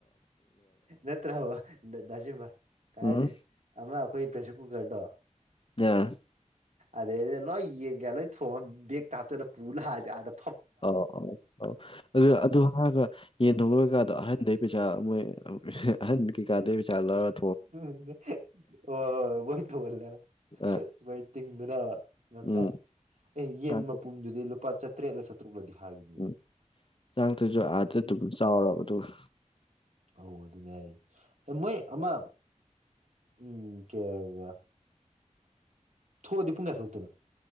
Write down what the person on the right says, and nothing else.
ꯅꯠꯇ꯭ꯔꯕꯥ ꯀꯥꯏꯗ
ꯑꯃ ꯑꯩꯈꯣꯏ ꯄ꯭ꯔꯦꯁꯔ ꯀꯨꯀꯔꯗꯣ
ꯑꯗꯩꯩꯗ ꯂꯣꯏ ꯌꯦꯟ ꯀꯩꯀꯥ ꯊꯣꯉꯒꯥ ꯕꯒ ꯇꯥ ꯍꯄꯆꯤꯜꯂꯒ ꯄꯨꯔꯥ ꯂꯛꯑꯖꯦ
ꯍ ꯍꯣꯏ ꯣꯏ ꯊꯧꯒꯜꯂꯦꯣꯏ
ꯇꯤꯡꯗ ꯭ꯔ
ꯑꯦ ꯌꯦꯟ
ꯃꯄꯨꯝꯗꯨꯗꯤ ꯂꯨꯄꯥ ꯆꯥꯇ꯭ꯔꯦꯠꯂ ꯆꯥꯇ꯭ꯔꯨꯛꯂꯗꯤ ꯍꯥꯏꯕꯅꯤ
ꯑ ꯑꯗꯨ ꯌꯥ ꯃꯣꯏ ꯑꯃ ꯎꯝ ꯀꯌꯥ ꯊꯣꯛꯑꯗꯤ ꯄꯨꯡ ꯀꯌꯥ ꯊꯣꯛꯇꯣꯏꯅ